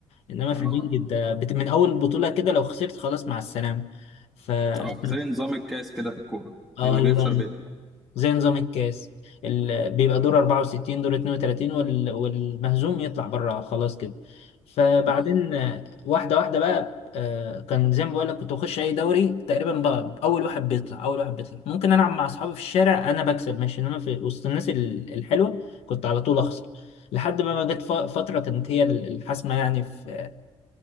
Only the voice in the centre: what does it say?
اه
اه زي نظام الكاس كده في الكوره
اللي بيخسر بيطلع
اه